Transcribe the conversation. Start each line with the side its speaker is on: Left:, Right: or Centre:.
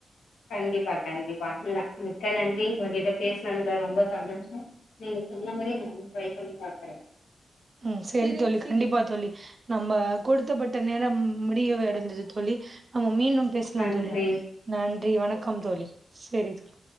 Left: கண்டிப்பா கண்டிப்பா மிக்க நன்றி உங்ககிட்ட பேசுனதுல ரொம்ப சந்தோஷ நீங்க சொன்ன மாரியே நா ட்ரை பண்ணி பாக்குறே
Right: ம் சேரி தோழி கண்டிப்பா தோழி நம்ம கொடுத்தப்பட்ட நேரோ முடியவை அடைந்தது தோழி நம்ம மீண்டும் பேசலா
Left: நன்றி
Right: தோழி நன்றி வணக்கம் தோழி செரி தோழி